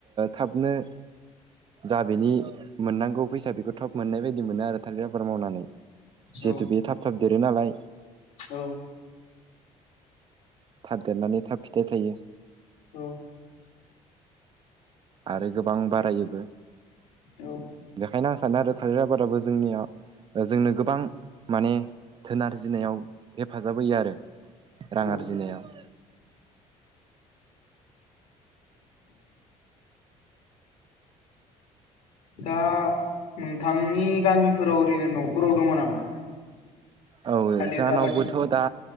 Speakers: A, on the right; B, on the left.
A: थाबनो जा बेनि मोननांगौ फैसा बेखौ थब मोननाय बायदि मोनो आरो थालिर आबाद मावनानै जिहेथु
B: औ
A: बे थाब थाब देरो नालाय
B: औ।
A: थाब देरनानै थाब फिथाइ थायो।
B: औ।
A: आरो गोबां बारायोबो
B: औ
A: बेखायनो आं सानो आरो थालिर आबादाबो जोंनियाव जोंनो गोबां माने थोन आरजिनायाव हेफाजाब होयो आरो। रां
B: औ
A: आरजिनायाव
B: दा नोंथांनि गामिफोराव ओरैनो न'खराव दङ नामा?
A: औ
B: थालिर
A: जोंनावबोथ'
B: आबादनि
A: दा